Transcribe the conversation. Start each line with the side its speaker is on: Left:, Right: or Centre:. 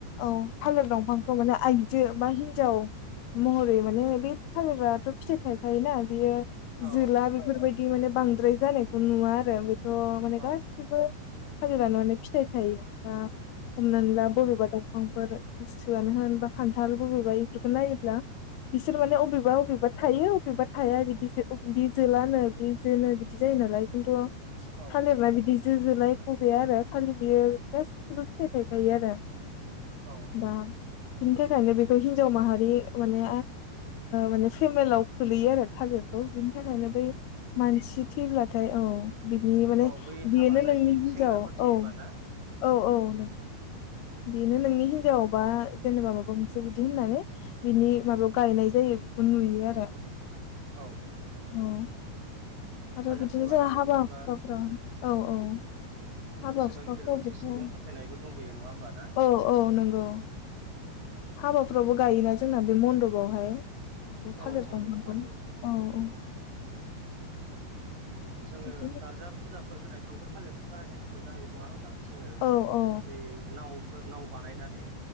Left: औ थालिर दंफांखौ माने आइजो बा हिनजाव महरै माने बे थालिराथ' फिथाइ थायखायोना बियो
Right: औ
Left: जोला बेफोरबायदि माने बांद्राय जानायखौ नुवा आरो बेथ' माने
Right: औ
Left: गासिबो थालिरनो माने फिथाइ थायो बा हमनानै ला बबेबा दं। बिफांफोर बस्थुआनो होन बा खान्थाल बबेबा इफोरखौ नायोब्ला बिसोर माने बबेबा अबेबा थायो अबेबा थाया बिदिसो। बि जोलानो बि जोनो बिदि जायो नालाय खिन्थु
Right: औ
Left: फानोबा बिदि जोंजुनाय गबेया आरो खालिनि गाससिबो फिथाइ थायखायो आरो
Right: औ औ।
Left: दा बिनि थाखायनो बेखौ हिन्जाव माहारि माने माने फेमेललाव खोलैयो आरो औ बिनि थाखायनो बै मानसि थैब्लाथाय औ बिनि माने
Right: औ बै हाबा
Left: बेयोनो
Right: जायि
Left: नोंनि हिनजाव
Right: सेंग्राफोर थैयोबा
Left: औ
Right: ना
Left: औ औ नंगौ बेनो नोंनि हिनजावावबा जेनेबा माबा मोनसे बिदि होननानै बिनि माबायाव गायनाय जायो। आंखौ नुयो आरो।
Right: औ नंगौ।
Left: औ आरो
Right: थालिरखौ
Left: बिदिनो
Right: लानानै
Left: जाया हाबा
Right: बिदिबा
Left: हुाफोराव औ औ हाबा
Right: बेसेबा
Left: हुखाफ्राव
Right: गिदिर मोनसे
Left: बेखौ
Right: सुबुं फोथायनायबो दंबावङो नंङा होमबा? ना
Left: औ औ नंगौ। हाबाफ्रावबो गायोना जोंना बे मन्दपआवहाय।
Right: औ
Left: थिर
Right: मन्दपाव
Left: लांनांगौ
Right: गायो
Left: औ औ।
Right: जोंङो
Left: बिदिनो
Right: गार्जा फुजाफोर होनायखौबो थालिरनि बाहायनायखौ मोननो हायो नंङा होमबा? जोंङो
Left: औ औ
Right: बै नावफोर नाव बानायनानै